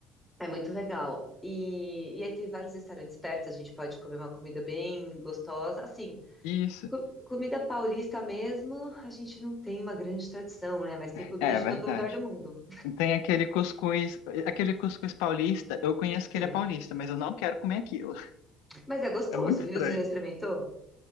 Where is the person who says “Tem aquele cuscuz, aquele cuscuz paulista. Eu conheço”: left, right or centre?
Left